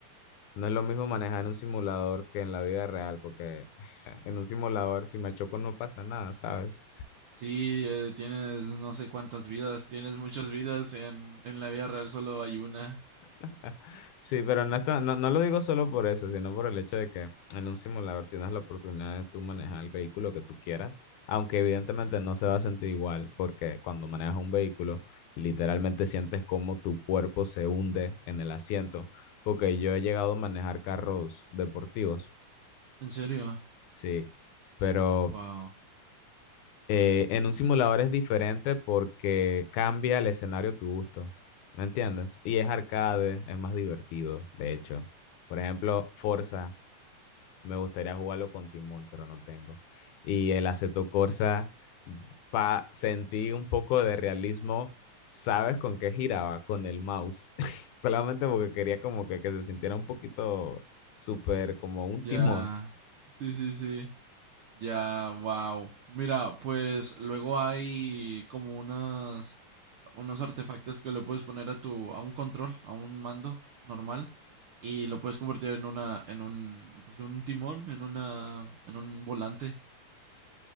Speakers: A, on the left; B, on the right.
A: no es lo mismo manejar en un simulador que en la vida real, porque <laughs> en un simulador, si me choco, no pasa nada, ¿sabes?
B: Sí, eh, tienes no sé cuántas vidas, tienes muchas vidas, en, en la vida real solo hay una.
A: <laughs> Sí, pero no, está- no, no lo digo solo por eso, sino por el hecho de que en un simulador tienes la oportunidad de tú manejar el vehículo que tú quieras, aunque evidentemente no se va a sentir igual, porque cuando manejas un vehículo, literalmente sientes como tu cuerpo se hunde en el asiento, porque yo he llegado a manejar carros deportivos,
B: ¿En serio?
A: sí, pero
B: Wow.
A: eh, en un simulador es diferente porque cambia el escenario a tu gusto, ¿me entiendes? Y es arcade, es más divertido, de hecho. Por ejemplo, Forza, me gustaría jugarlo con Timón, pero no tengo. Y el Assetto Corsa, pa sentí un poco de realismo, ¿sabes con qué giraba? Con el mouse. <laughs> Solamente porque quería como que, que se sintiera un poquito súper como un
B: Ya.
A: timón.
B: Sí, sí, sí. Ya, wow. Mira, pues luego hay como unas unos artefactos que le puedes poner a tu a un control, a un mando normal y lo puedes convertir en una en un pues un timón, en una en un volante.